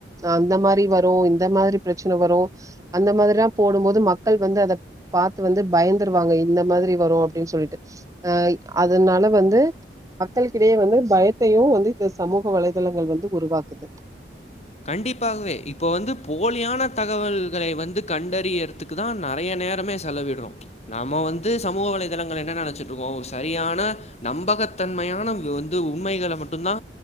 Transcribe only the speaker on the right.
அந்த மாதிரி வரு இந்த மாதிரி பிரச்சன வரு அந்த மாதிரில்லா போடும் போது மக்கள் வந்து அத பாத்து வந்து பயந்துருவாங்க இந்த மாதிரி வரும் அப்டின்னு சொல்லிட்டு அ அதனால வந்து மக்கள்கிடையே வந்து பயத்தைய வந்து இந்த சமூக வலைதளங்கள் வந்து உருவாக்குது